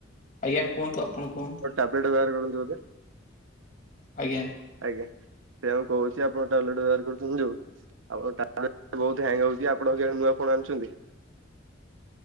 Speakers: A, on the left; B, on the right.
A: ଆଜ୍ଞା କୁହନ୍ତୁ ଆପଣ କୁହନ୍ତୁ?
B: <inaudible>
A: ଆଜ୍ଞା।
B: ଆଜ୍ଞା ସେୟା ମୁଁ କହୁଛି ଆପଣଙ୍କ ଟୟଲେଟ ବ୍ୟବହାର କରୁଛନ୍ତି ଯୋଉ ଆପଣଙ୍କ ବହୁତ ହେଙ୍ଗ ହଉଛି ଆପଣଙ୍କର ନୂଆ ଫୋନ ଆଣୁଛନ୍ତି?